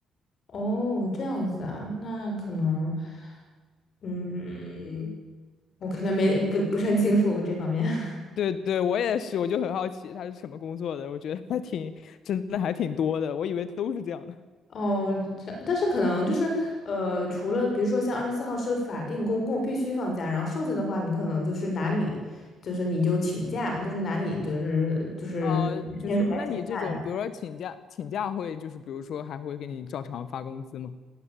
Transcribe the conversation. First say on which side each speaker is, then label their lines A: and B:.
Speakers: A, on the left; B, on the left.
A: 哦，这样子啊，那可能，嗯，我可能没不不是很清楚这方面。<laughs>
B: 对对，我也是，我就很好奇他是什么工作的，我觉得还挺，真的还挺多的，我以为都是这样的。
A: 哦，这样，但是可能就是，呃，除了比如说像二十四号是法定公共必须放假，然后剩下的话，你可能就是拿你，就是你就请假，就是拿你就是就是天数来请假这样
B: 呃，就是那你这种，比如说请假，请假会就是比如说还会给你照常发工资吗？